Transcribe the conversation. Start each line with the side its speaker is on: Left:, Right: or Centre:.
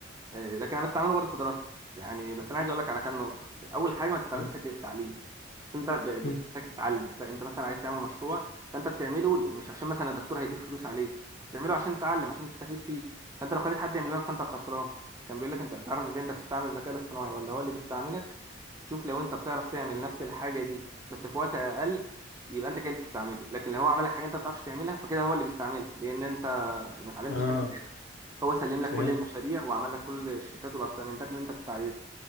Right: آه، لكن انا بستعمله برضه في دراستي يعني بس انا عايز اقول لك على كام نقطه اول حاجه ما تستعملوش
Left: مم.
Right: في حته التعليم بس انت ب- بتحتاج
Left: مم.
Right: تتعلم محتاج انت مثلا عايز تعمل مشروع فانت بتعمله ل- مش عشان مثلا الدكتور هيديك فلوس عليه انت بتعمله عشان تتعلم عشان تستفيد فيه فانت لو خليت حد يعمله لك فانت الخسران كان بيقول لك انت تعرف ازاي انت بتستعمل الذكاء الاصطناعي ولا هو اللي بيستعملك شوف لو انت بتعرف تعمل نفس الحاجه دي بس في وقت اقل يبقى انت كده اللي بتستعمله لكن لو هو عمل لك حاجه انت ما بتعرفش تعملها فكده هو اللي بيستعملك لان انت ما اتعلمتش
Left: اه
Right: حاجه هو سلم
Left: فهمت
Right: لك كل المشاريع وعمل لك كل الشيتات والاسايمنتات اللي انت كنت عايزها